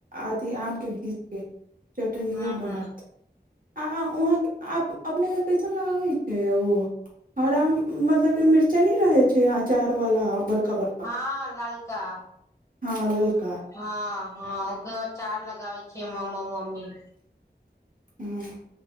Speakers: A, on the right; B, on the left.
A: अथी आम के घीस के चटनियो
B: हँ
A: बनत
B: हँ
A: आ उहाँ आ अपने के कैसन लागै छै ओ। हरा मतलब की मिर्च चनी रहे छै अचार वाला बड़का बड़का
B: हां ललका
A: हँ ललका
B: हां। हां ओकरो अचार लगाबै छै मामा मम्मी
A: हूं।